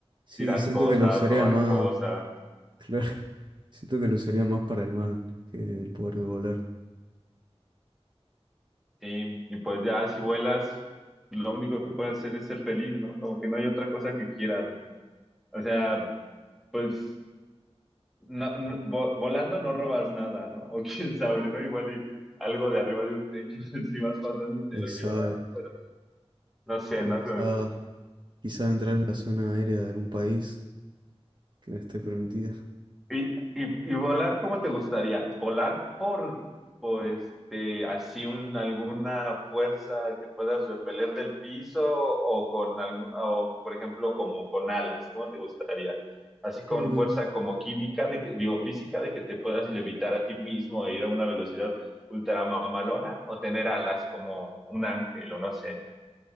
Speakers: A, on the right; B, in the centre.
A: sí,
B: Tirar
A: siento
B: cosas,
A: que lo usarían
B: robar
A: más,
B: cosas.
A: claro, <laughs> siento que lo usarían más para el mal que el poder de volar.
B: Sí, y pues ya si vuelas, lo único que puedes hacer es ser feliz, ¿no? Como que no hay otra cosa que quieras, ¿no? O sea, pues no- no- vo- volando no robas nada, ¿no? <laughs> O quién sabe, ¿no? Igual y algo de arriba de un techo, <laughs> si vas pasando y te
A: Quién
B: lo
A: sabe,
B: llevas, ¿no? Pero no sé,
A: O
B: ¿no?
A: quizá, quizá entrar en la zona aérea de algún país que no esté permitida.
B: Y, y, y volar, ¿cómo te gustaría? ¿Volar por, por este, así un, alguna fuerza que puedas repeler del piso o con algún, o por ejemplo, como con alas? ¿Cómo te gustaría? Así con
A: Ah, mira.
B: fuerza como química, de que, digo física, de que te puedas levitar a ti mismo e ir a una velocidad ultra mamalona o tener alas como un ángel o no sé.